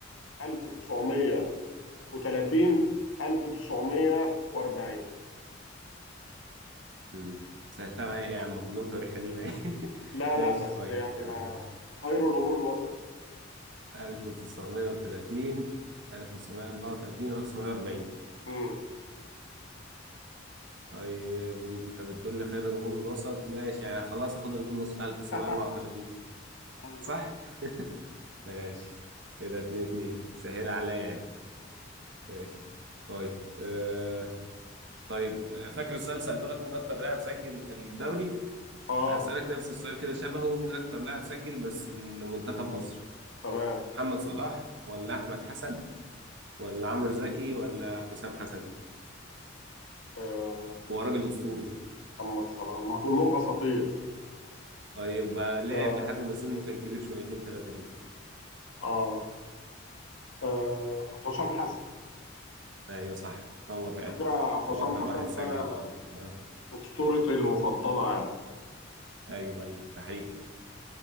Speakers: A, on the left (about 85°); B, on the right (about 65°).
A: 1930 1940
B: امم سألتها بقى ايه يا عم كلهم تاريخ قديم يعني <laughs>
A: لا
B: ماشي
A: لا بس
B: طيب
A: يعني
B: آه.
A: ما خير الأمور الوسط
B: 1930 1934 1940
A: امم
B: طيب انت بتقول لي خير الامور الوسط ماشي يعني خلاص اخد اللي في النص 1934
A: <laughs> ايوه
B: صح <laughs> ماشي كده اتنين اتنين سهل عليا يعني ماشي طيب آه. طيب آه، فاكر السؤال اللي سألته لك مين أكتر لاعب سجل في الدوري؟
A: اه
B: هسألك نفس السؤال كده شبهه مين أكتر لاعب سجل بس لمنتخب مصر؟
A: تمام
B: محمد صلاح ولا أحمد حسن ولا عمرو زكي ولا حسام حسن؟
A: آه
B: هو راجل أسطوري يعني.
A: محمد صلاح ما كلهم اساطير
B: طيب آه، لعب
A: آه
B: لحد ما سنه كان كبير شويتين ثلاثة كده
A: آه, آه حسام حسن
B: أيوه صح هو فعلا
A: فكرة حسام
B: هو أكتر
A: حسن
B: واحد سجل
A: ده
B: لل... آه.
A: اسطورتي المفضلة يعني
B: أيوه أيوه ده حقيقي